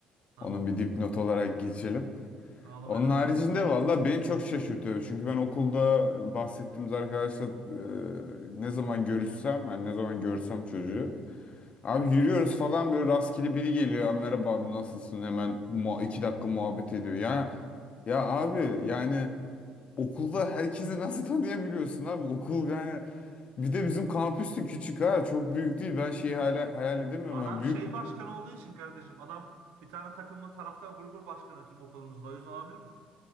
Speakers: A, on the right; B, on the left.
A: Tamam.
B: Onun bir dipnot olarak geçelim.
A: Ağlamaya
B: Onun
A: devam
B: haricinde
A: ederim sonra.
B: valla beni çok şaşırtıyor. Çünkü ben okulda bahsettiğimiz arkadaşla e, ne zaman görüşsem, yani ne zaman görsem çocuğu. Abi yürüyoruz falan böyle rastgele biri geliyor. "Aa, Merhaba abi nasılsın? Hemen muha- iki dakika muhabbet ediyor. Ya ya abi yani Okulda herkesi nasıl tanıyabiliyorsun abi? Okul yani bir de bizim kampüsü küçük ha çok büyük değil. Ben şeyi hala hayal edemiyorum.
A: Adam
B: Yani büyük
A: şey başkanı olduğu için kardeşim. Adam bir tane takımın taraftar grubu başkanı tüm okulumuzda. O yüzden olabilir mi?